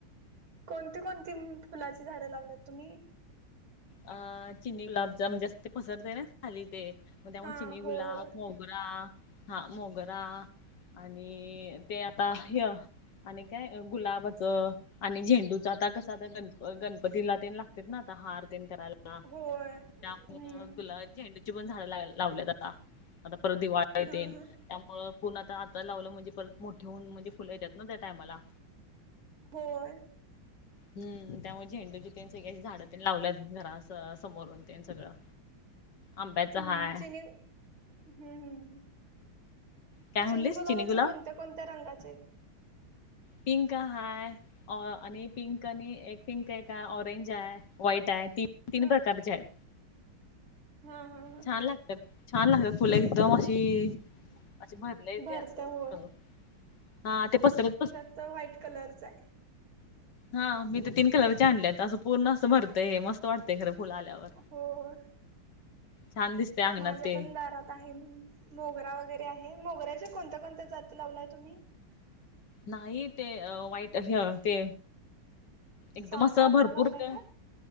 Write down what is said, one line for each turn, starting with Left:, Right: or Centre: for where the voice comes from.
Right: कोणती कोणती फुलाची झाडं लावल्यात तुम्ही?
Left: अ चिनी गुलाबचा म्हणजे असं ते पसरत नाय खाली ते मग, त्यामुळे
Right: हा
Left: चिनी गुलाब,
Right: होय
Left: मोगरा मोगरा हा मोगरा आणि ते आता ह्य आणि काय गुलाबाचं आणि झेंडूच आता कसं आता गण -गणपतीला तेन लागतेत ना आता हार तेन करायला.
Right: होय हम्म
Left: त्यामुळ गुला- झेंडूची पण झाडं ला- लावल्यात आता आता परत दिवाळी
Right: हा
Left: तेन
Right: हा
Left: त्यामुळ पूर्ण आता आता लावलं म्हणजे परत मोठे होऊन, म्हणजे फुलं येतात ना त्या टाइमाला.
Right: होय.
Left: हम्म, त्यामुळे झेंडूची तेन सगळे असं झाडं तेन लावल्यात. घरास समोरून तेन सगळं. आंब्याचं
Right: हम्म,
Left: हाय
Right: चिनी ह ह ह
Left: काय म्हणलीस
Right: चिनी गुलाबाचे
Left: गुलाब
Right: कोण कोणत्या कोणत्या रंगाचे आहेत?
Left: पिंक हाय. अ आणि पिंक आणि एक पिंक एक आहे, ऑरेंज आहे व्हाईट आहे तीन तीन
Right: हा
Left: प्रकारची आहेत.
Right: हा हा हा.
Left: छान लागत छान लागतात फुलं एकदम अशी असे, भरले येते
Right: भरत
Left: असं
Right: होय
Left: हा ते पसरतस
Right: तर व्हाईट कलरच आहे.
Left: हा मी तर, तीन कलरचे आणल्यात असं पूर्ण असं भरतंय मस्त वाटतयं खरं फुल आल्यावर.
Right: होय
Left: छान दिसते अंगणात
Right: माझ्या
Left: ते
Right: पण दारात आहे म मोगरा वगैरे आहे, मोगऱ्याच्या कोणत्या कोणत्या जाती लावलाय तुम्ही?
Left: नाही ते व्हाईट ह्य ते एकदम
Right: साधा
Left: असं
Right: आपला
Left: भरपूर
Right: लावलाय
Left: क
Right: का